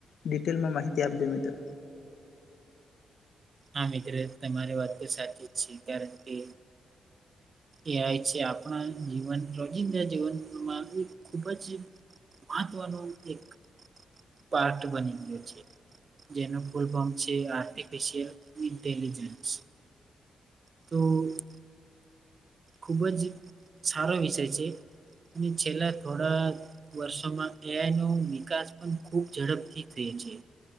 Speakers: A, on the left; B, on the right.
A: ડિટેલમાં માહિતી આપજો મિત્રો.
B: હા મિત્ર તમારી વાતતો સાચી જ છે કારણ કે એઆઈ છે આપણા જીવન રોજિંદા જીવનમાં એક ખૂબ જ મહત્વનું એક પાર્ટ બની ગીયો છે. જેનું ફુલ ફોર્મ છે આર્ટિફિશિયલ ઇન્ટેલિજન્સ. તો. ખૂબ જ સારો વિષય છે, અને છેલ્લા થોડાક વર્ષોમાં એઆઈનો વિકાસ પણ ખૂબ ઝડપથી થયી છે.